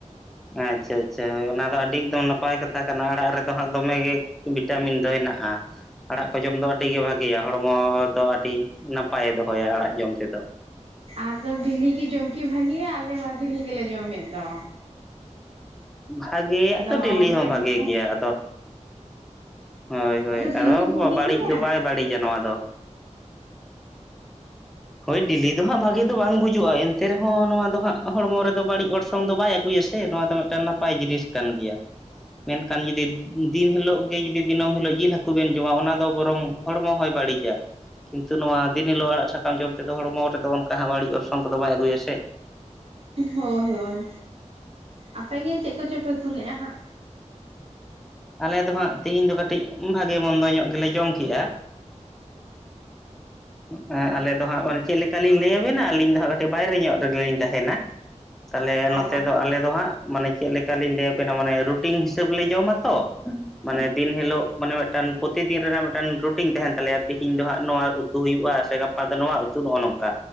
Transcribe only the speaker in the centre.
ᱟᱪᱪᱷᱟ ᱟᱪᱪᱷᱟ ᱦᱳᱭ, ᱚᱱᱟ ᱫᱚ ᱟᱹᱰᱤ ᱮᱠᱫᱚᱢ ᱱᱟᱯᱟᱭ ᱠᱟᱛᱷᱟ ᱠᱟᱱᱟ ᱟᱨ ᱟᱲᱟᱜ ᱨᱮᱫᱚ ᱦᱟᱸᱜ ᱫᱚᱢᱮ ᱜᱮ ᱵᱷᱤᱴᱟᱢᱤᱱ ᱫᱚ ᱦᱮᱱᱟᱜ-ᱟ᱾ ᱟᱲᱟᱜ ᱠᱚ ᱡᱚᱢ ᱫᱚ ᱟᱹᱰᱤᱜᱮ ᱵᱷᱟᱜᱮᱭᱟ ᱦᱚᱲᱢᱚ ᱫᱚ ᱟᱹᱰᱤ ᱱᱟᱯᱟᱭᱮ ᱫᱚᱦᱚᱭᱟ ᱟᱲᱟᱜ ᱡᱚᱢ ᱛᱮᱫᱚ᱾
ᱵᱷᱟᱜᱮᱭᱟᱜ
ᱛᱚ ᱰᱮᱞᱤ
ᱦᱚᱸ ᱵᱷᱟᱜᱮ ᱜᱮᱭᱟ᱾ ᱟᱫᱚ ᱦᱳᱭ ᱦᱳᱭ
ᱟᱫᱚ
ᱵᱟᱹᱲᱤᱡ
ᱫᱚ ᱵᱟᱭ ᱵᱟᱹᱲᱤᱡ-ᱟ ᱱᱚᱣᱟ ᱫᱚ᱾ ᱦᱳᱭ ᱰᱮᱞᱤ ᱫᱚ ᱦᱟᱸᱜ ᱵᱷᱟᱜᱤ ᱫᱚ ᱵᱟᱝ ᱵᱩᱡᱩᱜ-ᱟ ᱮᱱᱛᱮ ᱨᱮᱦᱚᱸ ᱱᱚᱣᱟ ᱫᱚ ᱦᱟᱸᱜ ᱦᱚᱲᱢᱚ ᱨᱮᱫᱚ ᱵᱟᱹᱲᱤᱡ ᱚᱲᱥ ᱚᱝ ᱫᱚ ᱵᱟᱭ ᱟᱹᱜᱩᱭᱟᱥᱮ ᱱᱚᱣᱟ ᱫᱚ ᱢᱤᱫᱴᱟᱝ ᱱᱟᱯᱟᱭ ᱡᱤᱱᱤᱥ ᱠᱟᱱ ᱜᱮᱭᱟ᱾ ᱢᱮᱱᱠᱷᱟᱱ ᱡᱩᱫᱤ ᱫᱤᱱ ᱦᱤᱞᱳᱜ ᱜᱮ ᱡᱩᱫᱤ ᱫᱤᱹᱢ ᱦᱤᱞᱳᱜ ᱡᱤᱞ ᱦᱟᱹᱠᱩ ᱵᱮᱱ ᱡᱚᱢᱟ ᱚᱱᱟ ᱫᱚ ᱵᱚᱨᱚᱝ ᱦᱚᱲᱢᱚ ᱦᱚᱸᱭ ᱵᱟᱹᱲᱤᱡᱟ ᱠᱤᱱᱛᱩ ᱱᱚᱣᱟ ᱫᱤᱱ ᱦᱤᱞᱳᱜ ᱟᱲᱟᱜ ᱥᱟᱠ ᱥᱟᱠᱟᱢ ᱡᱚᱢ ᱛᱮᱫᱚ ᱦᱚᱲᱢᱚ ᱨᱮᱫᱚ ᱚᱱᱠᱟ ᱵᱟᱲᱤᱡ ᱚᱨᱥᱚᱝ ᱠᱚᱫᱚ ᱵᱟᱭ ᱟᱹᱜᱩᱭᱟ ᱥᱮ᱾
ᱟᱞᱮ ᱫᱚ ᱦᱟᱸᱜ ᱛᱤᱦᱤᱧ ᱫᱚ ᱠᱟᱹᱴᱤᱡ ᱵᱷᱟᱜᱮ ᱢᱚᱱᱫᱚ ᱧᱚᱜ ᱜᱮᱞᱮ ᱡᱚᱢ ᱠᱮᱜ-ᱟᱺ ᱟᱞᱮ ᱫᱚ ᱦᱟᱸᱜ ᱢᱟᱱᱮ ᱪᱮᱫ ᱞᱮᱠᱟ ᱞᱤᱧ ᱞᱟᱹᱭᱟᱵᱮᱱᱟ ᱟᱹᱞᱤᱧ ᱫᱚ ᱦᱟᱸᱜ ᱠᱟᱹᱴᱤᱡ ᱵᱟᱭᱨᱮ ᱧᱚᱜ ᱨᱮᱜᱞᱤᱧ ᱛᱟᱸᱦᱮᱱᱟ᱾ ᱛᱟᱦᱞᱮ ᱱᱚᱛᱮ
ᱫᱚ ᱟᱞᱮ ᱫᱚ ᱦᱟᱸᱜ ᱢᱟᱱᱮ ᱪᱮᱫ ᱞᱮᱠᱟ ᱞᱤᱧ ᱞᱟᱹᱭᱟᱵᱮᱱᱟ ᱢᱟᱱᱮ ᱨᱩᱴᱤᱱ ᱦᱤᱥᱟᱹᱵᱽ ᱞᱮ ᱡᱚᱢᱟ ᱛᱚ᱾ ᱢᱟᱱᱮ ᱫᱤᱱ ᱦᱤᱞᱳᱜ ᱢᱟᱱᱮ ᱢᱤᱫᱴᱟᱝ ᱯᱨᱚᱛᱤᱫᱤᱱ ᱨᱮᱱᱟᱜ ᱢᱤᱫᱴᱟᱝ ᱨᱩᱴᱤᱱ ᱛᱟᱸᱦᱮᱱ ᱛᱟᱞᱮᱭᱟ ᱛᱤᱦᱤᱧ ᱫᱚ ᱦᱟᱸᱜ ᱱᱚᱣᱟ ᱩᱛᱩ ᱦᱩᱭᱩᱜ-ᱟ ᱥᱮ ᱜᱟᱯᱟ ᱫᱚ ᱱᱚᱣᱟ ᱩᱛᱩ ᱱᱚᱜ-ᱚ ᱱᱚᱝᱠᱟ᱾